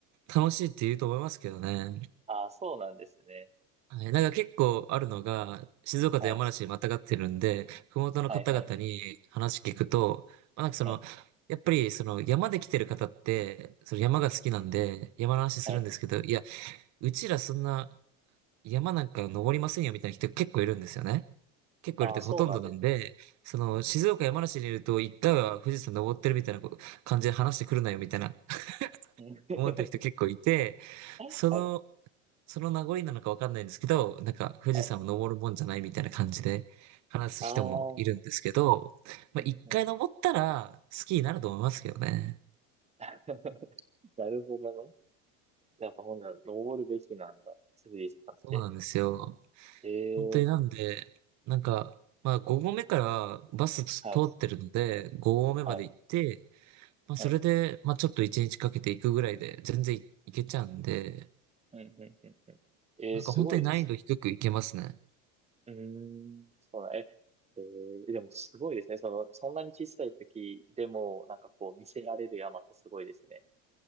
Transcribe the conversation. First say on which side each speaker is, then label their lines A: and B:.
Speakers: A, on the right; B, on the right.
A: 楽しいって言うと思いますけどね。
B: ああ、そうなんですね。
A: はい、なんか結構あるのが、静岡と山梨にまたがってるんで、
B: はい。
A: 麓の方々に話聞くと、
B: はいはい。
A: まあ、なんかその、
B: はい。
A: やっぱりその山で来てる方って、その山が好きなんで、山の話するんですけど、
B: はい。
A: いや、うちらそんな山なんか登りませんよみたいな人結構いるんですよね。結構いるってかほとんどなんで、
B: ああ、そうなんですね。
A: その静岡山梨にいると一回は富士山登ってるみたいなこ感じで話してくるなよみたいな <laughs>
B: <laughs>
A: 思ってる人結構いて、
B: はい、
A: そのその名残なのかわかんないんですけど、なんか富士山を登るもんじゃないみたいな感じで話す人もいるんですけど、
B: はい。ああ、うん、
A: まあ一回登ったら好きになると思いますけどね。
B: うんうん <laughs> なるほどね。やっぱほんなら、登るべきなんだ。スリーさんって。
A: そうなんですよ。
B: ええー
A: 本当になんで、なんか、まあ5合目からバス通ってるので、
B: はい、
A: 5合目まで行って、
B: はい、
A: まあそれで、
B: はい。
A: まあちょっと1日かけて行くぐらいで全然行けちゃうんで、
B: うん、うん、うん。えーすごいですね。
A: なんか本当に難易度低く行けますね。
B: うーん、そうだ、え、えーでもすごいですね。その、そんなに小さい時でも、なんかこう、見せられる山ってすごいですね。